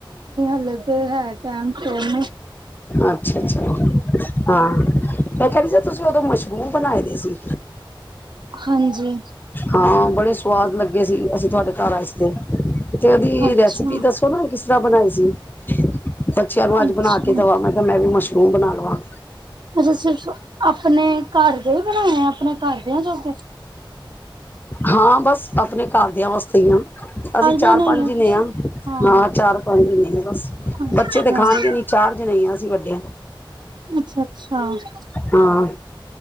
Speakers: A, on the right (about 60°); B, on the left (about 20°).
A: ਅਲੱਗ ਹੈ ਟਾਈਮ ਸਟੋਰ
B: ਅੱਛਾ ਅੱਛਾ ਹਾਂ ਮੈਂ ਕਿਹਾ ਡ ਜ ਤੁਸੀਂ ਉਦੋਂ ਮਸ਼ਰੂਮ ਬਣਾਏ ਦੇ ਸੀ
A: ਹਾਂਜੀ
B: ਹਾਂ ਬੜੇ ਸੁਵਾਦ ਲੱਗੇ ਸੀ ਅਸੀਂ ਤੁਹਾਡੇ ਘਰ ਆਏ ਇਸ ਦਿਨ ਤੇ ਉਹਦੀ
A: ਅੱਛਾ
B: ਰੈਸਪੀ ਦੱਸੋ ਨਾ ਕਿਸ ਤਰ੍ਹਾਂ ਬਣਾਈ ਸੀ ਬੱਚਿਆਂ ਨੂੰ ਅੱਜ
A: ਅੱਛਾ
B: ਬਣਾ ਕੇ ਦਵਾਵਾਂਗਾ ਮੈਂ ਵੀ ਮੁਸ਼ਕਿਲ ਤੂੰ ਬਣਾ ਲਵਾਾਂ
A: ਅੱਛਾ ਸਿਰਫ ਆਪਣੇ ਘਰ ਦੇ ਹੀ ਬਣਾਏ ਆ ਆਪਣੇ ਘਰਦ ਆ ਜੋਗੇ
B: ਹਾਂ ਬਸ ਆਪਣੇ ਘਰਦਿਆਂ ਵਾਸਤੇ ਹੀ ਨਾ, ਅਸੀਂ ਚਾਰ
A: ਜਣੇ
B: ਪੰਜ
A: ਈ ਆ
B: ਜਨੇ
A: ਤੁਸੀਂ
B: ਆਂ,
A: ਹਾਂ
B: ਨਾ ਚਾਰ ਪੰਜ ਨੇ ਬਸ
A: ਅੱਛਾ
B: ਬੱਚੇ ਤੇ ਖਾਣਗੇ ਨੀ ਚਾਰ ਜਣੇ ਆ ਅਸੀਂ ਵੱਡੇ।
A: ਅੱਛਾ-ਅੱਛਾ
B: ਹਾਂ